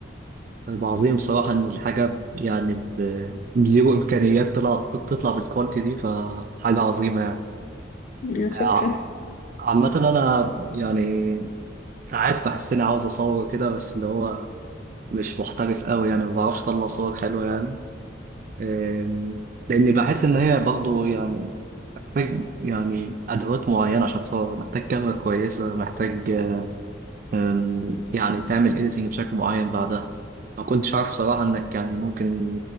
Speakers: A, on the right (about 45°); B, on the left (about 45°).
A: طيب عظيم بصراحه ان الحاجه يعني ب- بزيرو امكانيات طلعت تطلع بالكواليتي دي فحاجه عظيمه
B: دي يا شكرا
A: يعني عامة أنا يعني ساعات بحس إني عاوز أصور كده بس اللي هو مش محترف قوي يعني ما بعرفش أطلع صور حلوة يعني أم، لأني بحس إن هي برضو يعني محتاج يعني أدوات معينة عشان تصور محتاج كاميرا كويسة محتاج أم، يعني تعمل إيديتنج بشكل معين بعدها ما كنتش عارف بصراحة إنك يعني ممكن